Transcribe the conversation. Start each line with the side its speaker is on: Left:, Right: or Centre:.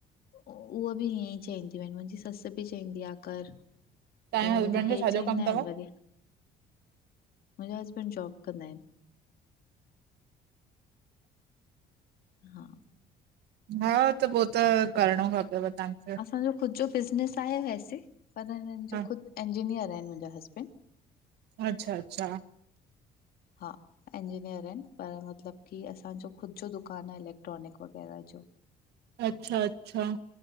Left: उह बि ईअं ई चईंदियूं आहिन, मुंजी ससु बि चईंदी आ, कर।
Right: तव्हांजे
Left: पर वरी
Right: हसबैंड
Left: इहे
Right: जो छाजो
Left: चाहींदा
Right: कम
Left: आहिन
Right: तव?
Left: वरी, मुंजा हसबैंड जॉब कंदा आहिन। हा
Right: हा त पो त करिणो खपेव तहांखे।
Left: असांजो ख़ुदि जो बिज़नेस आहे वैसे पर हिनन
Right: हा।
Left: जो ख़ुदि इंजीनियर आहिन मुंजा हसबैंड।
Right: अच्छा अच्छा।
Left: हा इंजीनियर आहिन पर मतिलबु कि असांजो ख़ुदि जो दुकानु आहे इलेक्ट्रॉनिक वग़ैरह जो।
Right: अच्छा अच्छा